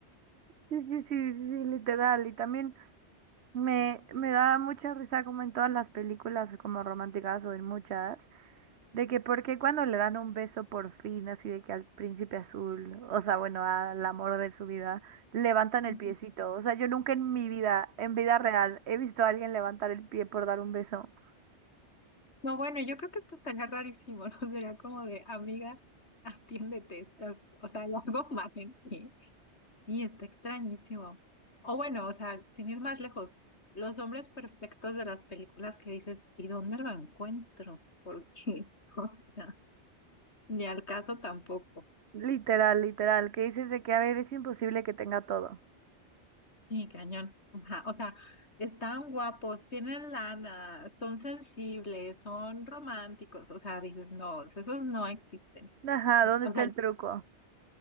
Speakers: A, on the right; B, on the left.
A: Sí, sí, sí, sí, sí, literal. Y también Me, me da mucha risa como en todas las películas como románticas o en muchas, de que porque cuando le dan un beso por fin, así de que al príncipe azul, o sea, bueno, al amor de su vida, levantan
B: Ujú.
A: el piecito. O sea, yo nunca en mi vida, en vida real, he visto a alguien levantar el pie por dar un beso.
B: No, bueno, yo creo que esto estaría rarísimo, <laughs> ¿no? Sería como de, amiga, atiéndete, estás, o sea, hay algo <laughs> mal en ti. Sí, está extrañísimo. O bueno, o sea, sin ir más lejos, los hombres perfectos de las películas que dices, ¿y dónde lo encuentro? Porque, <laughs> o sea, ni al caso tampoco.
A: Literal, literal, que dices de que, a ver, es imposible que tenga todo.
B: Sí, cañón. Ajá, O sea, están guapos, tienen lana, son sensibles, son románticos. O sea, dices, no, esos no existen.
A: Ajá, ¿dónde
B: O
A: está
B: sea,
A: el truco?